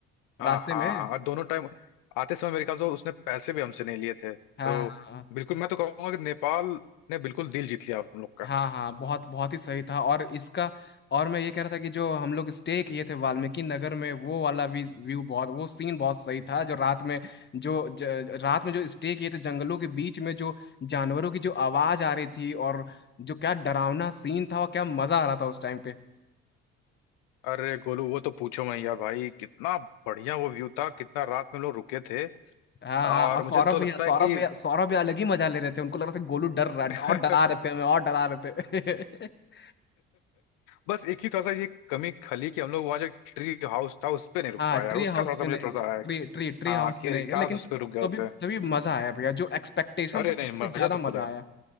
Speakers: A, on the left; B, on the left.
A: रास्ते
B: हाँ हाँ
A: में
B: हाँ और दोनों टाइम आते समय मेरे ख्याल से उसने पैसे भी हमसे नहीं लिए थे तो
A: हाँ हाँ हाँ।
B: बिल्कुल मैं तो कहूंगा कि नेपाल ने बिल्कुल दिल जीत लिया हम लोग
A: हाँ हाँ बहुत बहुत ही सही था और इसका और मैं ये कह रहा था कि जो हम लोग स्टे किए थे वाल्मीकि नगर में वो वाला भी व्यू बहुत वो सीन बहुत सही था जो रात में जो ज, रात में जो स्टे किए थे जंगलों के बीच में जो जानवरों की जो आवाज आ रही थी और जो क्या डरावना सीन था और क्या मजा आ रहा था उस टाइम पे
B: अरे गोलू वो तो पूछो मैं यार भाई कितना बढ़िया वो व्यू था कितना रात में लोग रुके थे
A: हाँ हाँ
B: और
A: और
B: मुझे
A: सौरभ
B: तो
A: भैया
B: लगता
A: सौरभ
B: है कि
A: भैया सौरभ भैया अलग ही मजा ले रहे थे उनको लग रहा था कि गोलू डर रहा
B: <laughs>
A: है, और डरा रहे थे हमें और डरा रहे थे <laughs>
B: बस एक ही थोड़ा सा ये कमी खली कि हम लोग वहाँ जो ट्री हाउस था उस पे नहीं रुक
A: हाँ
B: पाए यार
A: ट्री
B: उसका
A: हाउस
B: थोड़ा सा
A: पे
B: मुझे
A: नहीं
B: थोड़ा
A: गए
B: सा है
A: ट्री ट्री ट्री
B: हाँ
A: हाउस
B: कि
A: पे
B: अरे
A: नहीं गए
B: काश
A: लेकिन
B: उस पे रुक गए
A: तभी
B: होते
A: तभी मजा आया भैया जो एक्सपेक्टेशन
B: अरे
A: था
B: नहीं
A: उससे
B: मजा
A: ज्यादा
B: तो
A: मजा
B: फुल है
A: आया